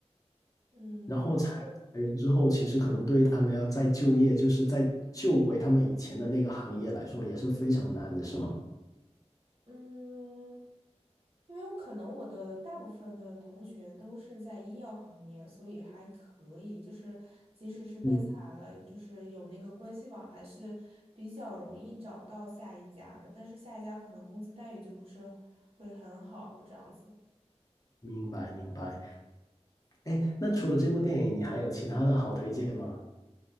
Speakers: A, on the right; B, on the left.
A: 嗯
B: 然后裁裁员之后，其实可能对于他们要再就业，就是再救回他们以前的那个行业来说，也是非常难的，是吗？
A: 嗯，因为我可能我的大部分的同学都是在医药行业，所以还可以，就是即使是被裁了，
B: 嗯，
A: 就是有那个关系网，还是比较容易找到下一家的。但是下一家可能工资待遇就不是会很好，这样子。
B: 明白明白。哎，那除了这部电影，你还有其他的好推荐吗？